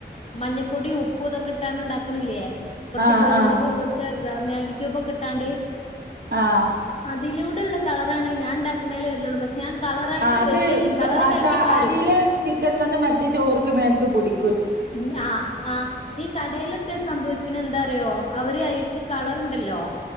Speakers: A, on the left (about 35°); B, on the right (about 65°).
A: മഞ്ഞ പൊടി ഉപ്പൂ ഇതൊക്കെ ഇട്ടാണ് ഉണ്ടാക്കണില്ലേ കുറച്ച്
B: ആഹ്
A: കുരുമുളകും
B: ആഹ്
A: കുറച്ച് മാഗി ക്യൂബൊക്കെ ഇട്ടാണ്ട്
B: ആഹ്
A: അതിലൂടെയുള്ള കളറാണ് ഞാൻ ഉണ്ടാക്കണേല് വരലെള്ളൂ പക്ഷെ ഞാൻ കളറായിട്ട്
B: ആഹ്
A: ഉപയോഗിക്കലില്ല
B: അത്
A: കളറ്
B: അ
A: കലക്കി
B: താ
A: പാരും
B: അടിയില് ചിത്തൻമന്ന് മറ്റേ ചോർക്ക് മേൽക്ക് പൊടി
A: ഞാ ആ ആ ഈ കടയിലൊക്കെ സംഭ- ക്കണ എന്താറിയോ അവര് അയിക്ക് കളറുണ്ടല്ലോ